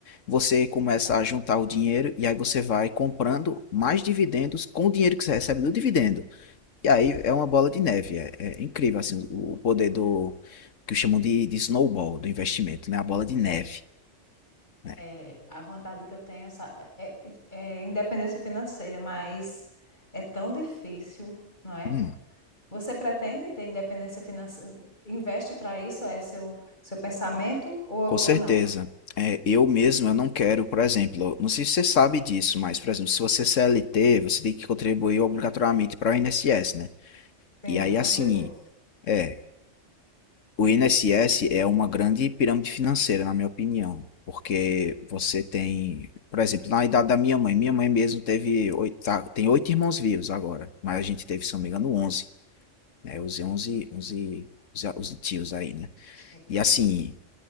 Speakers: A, on the left; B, on the left.
A: você começa
B: Portanto,
A: a juntar o dinheiro e aí você vai comprando mais dividendos com o dinheiro que você recebe do dividendo. E aí é uma bola de neve, é, é incrível assim o, o poder do que chamam de, de snowball, do investimento, né? A bola de neve, né?
B: É, a vontade que eu tenho sa- é, é é independência financeira, mas é tão difícil, não é?
A: Hum,
B: Você pretende ter independência financeira? Investe para isso? É seu, seu pensamento ou,
A: com certeza.
B: ou não?
A: É, eu mesmo, eu não quero, por exemplo, não sei se você sabe disso, mas, por exemplo, se você é CLT, você tem que contribuir obrigatoriamente para o INSS, né?
B: Sim,
A: E aí,
B: eu contribuo.
A: assim, é, O INSS é uma grande pirâmide financeira, na minha opinião, porque você tem, por exemplo, na idade da minha mãe, minha mãe mesmo teve oito, tá- tem oito irmãos vivos agora, mas a gente teve, se não me engano, onze, né? Os onze, onze, os, os tios aí, né?
B: Gente.
A: E assim,